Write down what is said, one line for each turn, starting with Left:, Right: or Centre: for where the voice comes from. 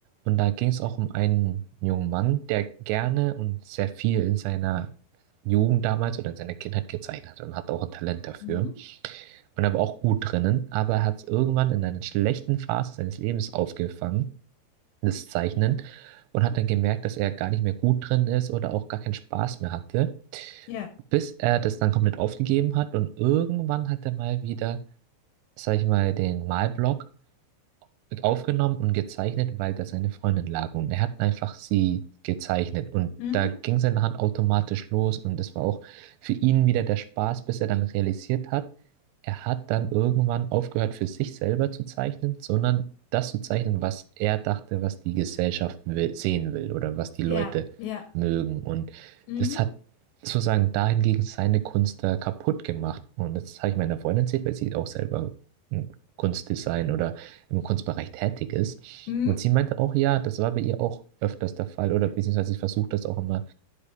Right: und da ging es auch um einen jungen Mann, der gerne und sehr viel in seiner Jugend damals oder in seiner Kindheit gezeichnet hat und hat auch ein Talent dafür
Left: Mhm.
Right: und er war auch gut drinnen, aber er hat es irgendwann in einer schlechten Phase seines Lebens aufgefangen das Zeichnen und hat dann gemerkt, dass er gar nicht mehr gut drin ist oder auch gar keinen Spaß mehr hatte,
Left: Ja.
Right: bis er das dann komplett aufgegeben hat und irgendwann hat er mal wieder, sag ich mal, den Malblock mit aufgenommen und gezeichnet, weil da seine Freundin lag. Und er hat einfach sie gezeichnet. Und
Left: Mhm.
Right: da ging seine Hand automatisch los. Und das war auch für ihn wieder der Spaß, bis er dann realisiert hat, er hat dann irgendwann aufgehört, für sich selber zu zeichnen, sondern das zu zeichnen, was er dachte, was die Gesellschaft will, sehen will oder was die Leute
Left: Ja, ja.
Right: mögen. Und
Left: Mhm.
Right: das hat sozusagen dahingegen seine Kunst da kaputt gemacht. Und das habe ich meiner Freundin erzählt, weil sie auch selber ein Kunstdesign oder im Kunstbereich tätig ist.
Left: Mhm.
Right: Und sie meinte auch, ja, das war bei ihr auch öfters der Fall oder beziehungsweise sie versucht das auch immer